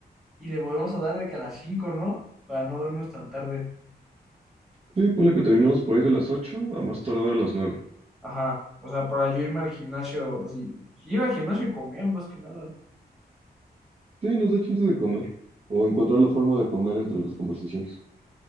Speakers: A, in the centre; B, on the right.
A: y le volvemos a dar de que a las 5, ¿no? Para no dormirnos tan tarde.
B: Sí, ponle que terminamos por ahí de las 8, a más tardar a las nueve.
A: Ajá, o sea, para yo irme al gimnasio, o sí, ir al gimnasio y comer más que nada.
B: Sí, nos da chance de comer. O encontrar la forma de comer entre las conversaciones.